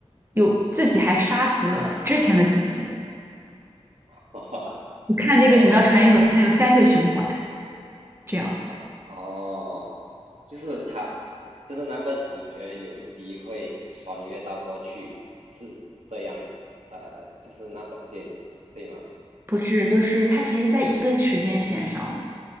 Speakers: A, on the right; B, on the right.
A: 有自己还杀死了之前的自己。
B: <laughs> 哇
A: 我看那个什么叫传言梗，
B: 哦
A: 它有三个循环，这样
B: 哦哦，就是他，就是那个主角有机会穿越到过去，是这样，呃，就是那种电影对吗？
A: 不是，就是它其实是在一根时间线上的。
B: 啊